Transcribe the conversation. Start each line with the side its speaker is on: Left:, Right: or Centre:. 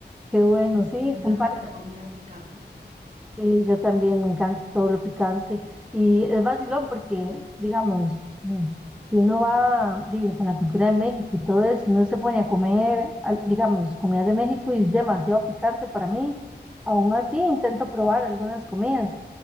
Centre: qué bueno,
Right: Me, en-
Centre: sí,
Right: me encantan
Centre: comparto.
Right: las comidas picantes, sí.
Centre: Sí, yo también me encanta todo lo picante y es vacilón porque, digamos, mm, si uno va di- con la cultura de México y todo eso, uno se pone a comer, al- digamos, comida de México y es demasiado picante para mí. Aún así, intento probar algunas comidas,